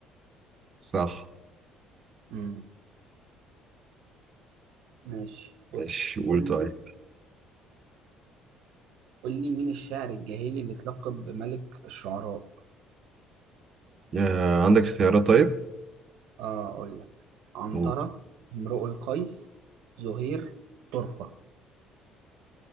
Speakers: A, on the right (about 30°); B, on the right (about 70°).
A: صح
B: مم. ماشي بص
A: ماشي قول
B: قول
A: طيب
B: لي قول لي مين الشاعر الجاهلي اللي اتلقب بملك الشعراء
A: آه، عندك اختيارات طيب
B: اه اقول لك عنترة
A: قول
B: امرؤ القيس زهير طرفة